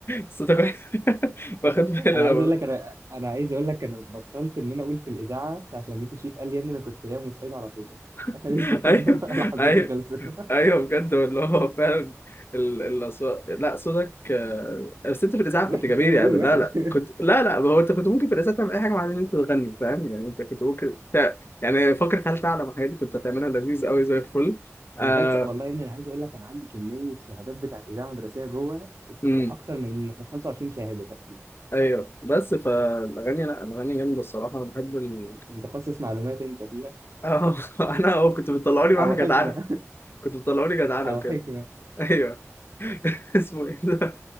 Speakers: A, on the left; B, on the right.
A: صوتك وحش <laughs> واخد
B: <laughs>
A: بالي
B: انا
A: أنا
B: عايز
A: برضه.
B: اقول لك انا انا عايز اقول لك انا بطلت ان انا اقول في الاذاعه ساعه لما يوسف شريف قال لي يا ابني انا كنت نايم وصحيت على صوتك
A: <laughs>
B: <laughs> عرفت كان
A: ايوه
B: انا <laughs> لحظتي
A: ايوه
B: خلصت
A: ايوه بجد اللي هو فعلا ال- الاصوات لا صوتك آه، بس انت في الاذاعه
B: وحش
A: كنت جميل
B: هو
A: يعني
B: قول وحش
A: لا لا
B: <laughs>
A: كنت لا لا ما هو انت كنت ممكن في الاذاعه تعمل اي حاجه مع ان انت تغني فاهم يعني انت كنت ممكن تع... يعني فكره هل تعلم الحاجات دي كنت هتعملها لذيذ قوي زي الفل
B: انا
A: آه...
B: لغايه والله يا ابني انا عايز اقول لك انا عندي كميه شهادات بتاعت اذاعه مدرسيه جوه ات-
A: امم
B: اكتر من 25 شهاده تقريبا
A: ايوه بس فالاغاني لا الاغاني جامده الصراحه انا بحب ال...
B: كنت متخصص معلومات انت فيها
A: اه <laughs> انا اه كنت بتطلعوني معاها
B: او حكمه
A: جدعنه كنت بتطلعوني
B: <laughs>
A: جدعنه
B: او
A: وكده
B: حكمه
A: <laughs> ايوه <laughs> اسمه ايه ده